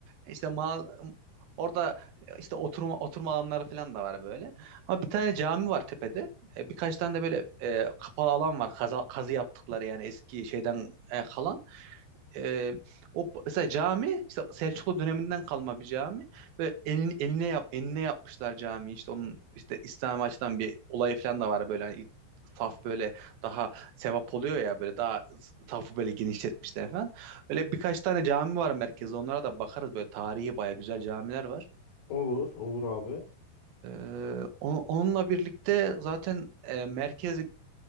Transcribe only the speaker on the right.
işte mal orada e, işte oturma oturma alanları falan da var böyle. Ama bir tane cami var tepede. E, birkaç tane de böyle e, kapalı alan var. Kaza, kazı yaptıkları yani eski şeyden e, kalan. E, o mesela cami işte Selçuklu döneminden kalma bir cami. Böyle enin, enine yap enine yapmışlar cami. İşte onun işte İslami açıdan bir olayı falan da var böyle hani ilk saf böyle daha sevap oluyor ya böyle daha safı böyle genişletmişler falan. Öyle birkaç tane cami var merkezde. Onlara da bakarız böyle tarihi baya güzel camiler var.
E, on- onunla birlikte zaten e, merkez